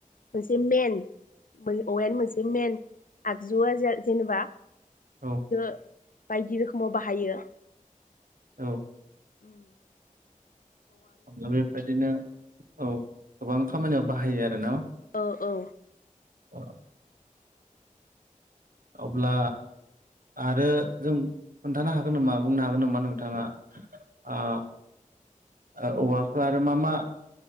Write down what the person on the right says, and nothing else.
औ
औ।
अब्ला बेबायदिनो औ। गोबां खामानियाव बाहायो आरो न'
<unintelligible> अब्ला आरो जों खोन्थानो हागोन नामा बुंनो हागोन नामा नोंथांआ आ ओ औवाखो आरो मा मा